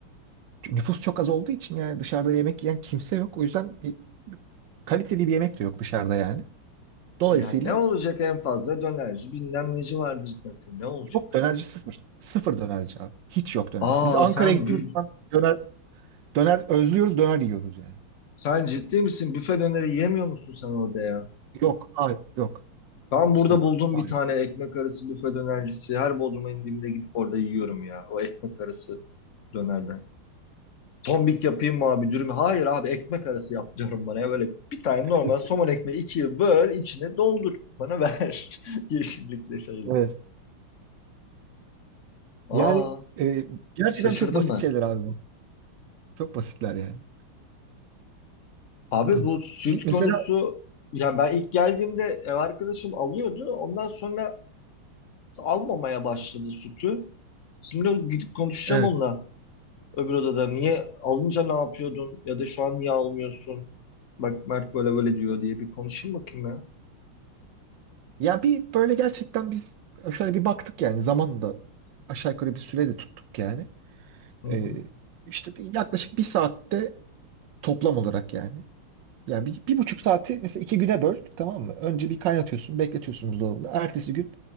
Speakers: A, on the right (about 65°); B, on the left (about 60°).
A: Çünkü nüfus çok az olduğu için yani dışarıda yemek yiyen kimse yok. O yüzden bir kaliteli bir yemek de yok dışarıda yani. Dolayısıyla
B: Yani ne olacak en fazla dönerci bilmem neci vardır zaten ne olacak?
A: yok dönerci sıfır. Sıfır dönerci abi. Hiç yok dönerci.
B: Aa
A: Biz Ankara'ya
B: sen
A: gittiğimiz
B: bü-
A: zaman döner Döner özlüyoruz, döner yiyoruz yani.
B: sen ciddi misin? Büfe döneri yemiyor musun sen orada ya?
A: Yok, hayır, yok,
B: Ben burada
A: yok.
B: buldum
A: Hayır.
B: bir tane ekmek arası büfe dönercisi. Her Bodrum'a indiğimde gidip orada yiyorum ya. O ekmek arası dönerden. Tombik yapayım mı abi dürüm? Hayır abi ekmek arası yap diyorum bana ya. Böyle bir tane
A: <laughs>
B: normal somon ekmeği ikiye böl içine doldur. Bana ver. <laughs> Yeşillikle şeyle.
A: Evet.
B: Aa
A: Yani e, gerçekten
B: şaşırdım
A: çok basit
B: ben.
A: şeyler abi bu. Çok basitler yani.
B: Abi
A: <clears throat>
B: bu süt
A: Bir, mesela
B: konusu yani ben ilk geldiğimde ev arkadaşım alıyordu. Ondan sonra almamaya başladı sütü. Şimdi gidip konuşacağım
A: evet.
B: onunla öbür odada. Niye alınca ne yapıyordun ya da şu an niye almıyorsun? Bak Mert böyle böyle diyor diye bir konuşayım bakayım ya.
A: Ya bir böyle gerçekten biz şöyle bir baktık yani zaman da aşağı yukarı bir süre de tuttuk yani.
B: Hı hı.
A: Ee, işte bir, yaklaşık bir saatte toplam olarak yani. Yani bir, bir buçuk saati mesela iki güne böl tamam mı? Önce bir kaynatıyorsun bekletiyorsun buzdolabında. Ertesi gün